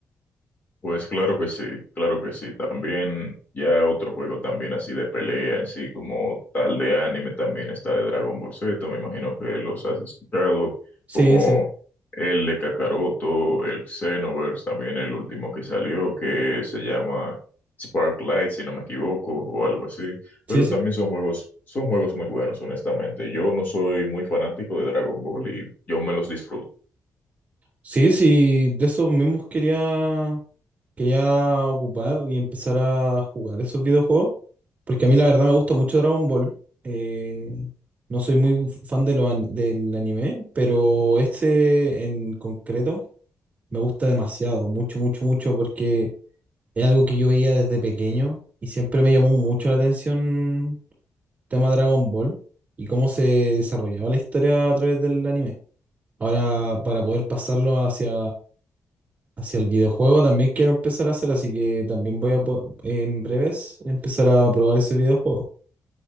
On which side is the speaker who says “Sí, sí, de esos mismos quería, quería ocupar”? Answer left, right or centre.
Right